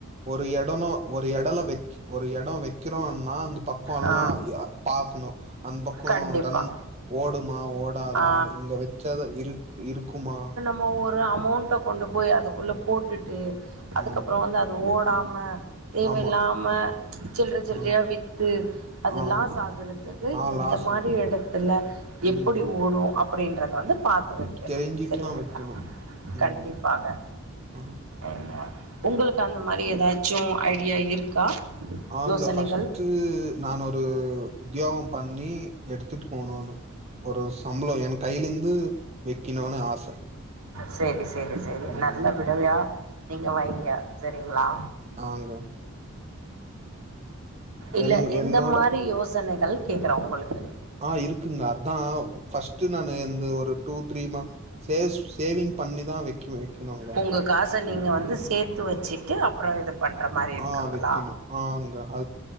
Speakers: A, on the right; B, on the right.
A: ஒரு எடனு ஒரு எடல வக் ஒரு எடோ வெக் கிறோன்னா அந்த பக்கோல்லா
B: ஆ
A: ய பாக்கணு அந் பக்கோ
B: கண்டிப்பா
A: டன் ஓடுமா ஓடாதா
B: ஆ
A: இங்க வச்சத இருக் இருக்குமா
B: நோ ஒரு அமௌண்ட்ட கொண்டு போய் அதுக்குள்ள போட்டுட்டு அதுக்கப்றோ
A: ம்
B: வந்து அது ஓடாம தேவயில்லாம
A: ஆமா
B: சில்ற சில்றயா
A: ஆ
B: வித்து அது
A: ஆ
B: லாஸ் ஆகுறதுக்கு
A: ஆ
B: எந்த
A: லாஸ்ட்ல
B: மாரி எடத்துல எப்புடி
A: ம்
B: ஓடூ அப்டின்றத வந்து பாத் து வைக்கணு
A: தெரிஞ்சிட்டு
B: சரிங்களா
A: தா வெக்கணு ம்
B: கண்டிப்பாக
A: ஆ
B: ஏனா உங்களுக்கு அந்த மாரி ஏதாச்சு ஐடியா இருக்கா
A: ஆங்க
B: யோசனைகள்
A: ஃபஸ்ட்டூ நான் ஒரூ உத்யோகோ பண்ணி எடுத்துட்டு போனோனு ஒரு சம்பளோ என் கைலெந்து வெக்கணூனு ஆச
B: சேரி சேரி சேரி
A: ம்
B: நல்ல விடவயா நீங்க வைங்க சரிங்ளா
A: ங்க
B: இல்ல
A: என்
B: எந்த
A: என்னோட
B: மாரி யோசனைகள் கேக்றே உங்களுக்கு
A: ஆஹ் இருக்குங்க அதா ஃபஸ்ட்டு நானு எந்து ஒரு டூ த்ரீ ம சேஸ் சேவிங் பண்ணிதா வெக்குவே வெக்கணூங்க
B: உங்க காச நீங்க வந்து சேத்து வச்சிட்டு அப்றொ இத பண்ற மாரி இருக்குங்களா
A: ஆஹ் வெக்கணு ஆங்க அத்